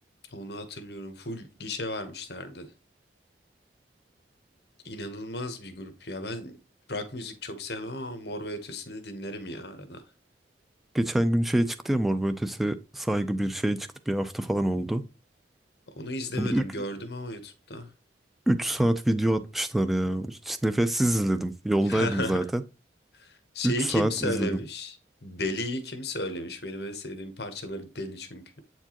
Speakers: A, on the left (about 65°); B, in the centre.
A: Onu hatırlıyorum. Full gişe vermişlerdi. İnanılmaz bir grup ya. Ben rock müzik çok sevmem ama Mor ve Ötesi'ni dinlerim ya arada.
B: Geçen gün şey çıktı ya Mor ve Ötesi saygı bir şey çıktı. Bir hafta falan oldu.
A: Onu izlemedim,
B: Onu üç
A: gördüm ama YouTube'da.
B: üç saat video atmışlar ya. Hiç nefessiz izledim. Yoldaydım
A: <laughs>
B: zaten.
A: Şeyi
B: üç saat
A: kim söylemiş?
B: izledim.
A: Deli'yi kim söylemiş? Benim en sevdiğim parçaları Deli çünkü.